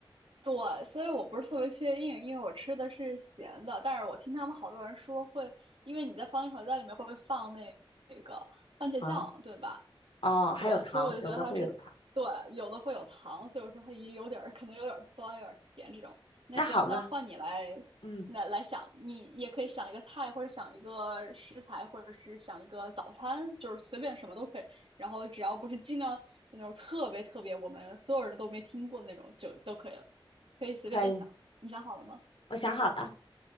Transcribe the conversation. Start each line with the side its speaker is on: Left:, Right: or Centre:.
Right: 对，所以我不是特别确定，因为我吃的是咸的，但是我听他们好多人说会，因为你在番茄炒蛋里面会放那那个番茄酱，
Left: 啊。
Right: 对吧？
Left: 哦，还有糖，
Right: 对，所以我就觉得它是对，
Left: 有的会有糖。
Right: 有的会有糖，所以我说它也有点儿可能有点儿酸，有点儿甜这种。那行，
Left: 那好吧，
Right: 那换你来，
Left: 嗯，
Right: 那来想，你也可以想一个菜，或者想一个食材，或者是想一个早餐，就是随便什么都可以。然后只要不是尽量那种特别特别我们所有人都没听过的那种，就都可以了，可以随便想。
Left: 可以，
Right: 你想好了吗？
Left: 我想好了，